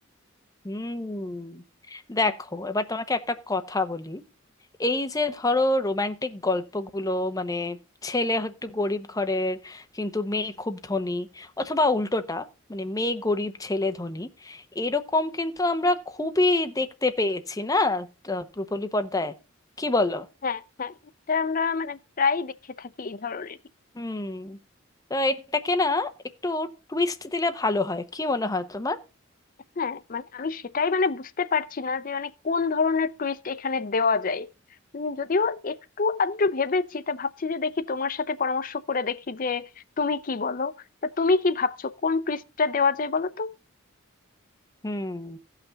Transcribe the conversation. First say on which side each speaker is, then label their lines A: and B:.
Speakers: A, on the left (about 15°); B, on the left (about 40°).
A: হুম দেখো এবার তোমাকে একটা কথা বলি এই যে ধরো রোমান্টিক গল্পগুলো মানে ছেলে একটু গরিব ঘরের কিন্তু মেয়ে খুব ধনী অথবা উল্টোটা মানে মেয়ে গরিব ছেলে ধনী এরকম কিন্তু আমরা খুবই দেখতে পেয়েছি না আহ, রূপলী পর্দায় কি বলো
B: হ্যাঁ হ্যাঁ এটা আমরা মানে প্রায়ই দেখে থাকি এই ধরনের
A: হুম তো এটাকে না একটু টুইস্ট দিলে ভালো হয় কি মনে হয় তোমার
B: হ্যাঁ মানে আমি সেটাই মানে বুঝতে পারছি না যে মানে কোন ধরনের টুইস্ট এখানে দেওয়া যায় উম, যদিও একটু আধটু ভেবেছি তা ভাবছি যে দেখি তোমার সাথে পরামর্শ করে দেখি যে তুমি কি বলো তা তুমি কি ভাবছো কোন টুইস্টটা দেওয়া যায় বলো তো
A: হুম